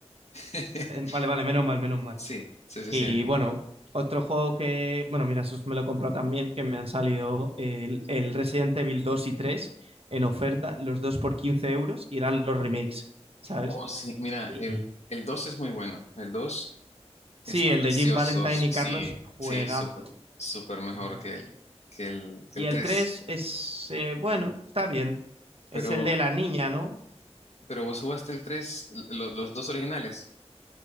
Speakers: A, on the left; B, on the right.
A: <laughs>
B: Vale, vale, menos mal, menos mal.
A: Sí, suficiente.
B: Y bueno, otro juego que, bueno, mira, esos me lo compró también, que me han salido el, el Resident Evil 2 y 3 en oferta, los dos por 15 euros, y eran los remakes, ¿sabes?
A: Oh, sí, mira,
B: Y
A: el, el 2 es muy bueno. El 2
B: sí,
A: está
B: el
A: precioso.
B: de Jim Valentine
A: su-
B: y
A: Sí,
B: Carlos, juegazo.
A: sí, súper, súper mejor
B: Ujú.
A: que el, que el, que
B: Y
A: el
B: el
A: 3.
B: 3 es, eh, bueno, está bien.
A: Pero,
B: Es el de la niña, ¿no?
A: pero vos jugaste el 3, lo- los dos originales.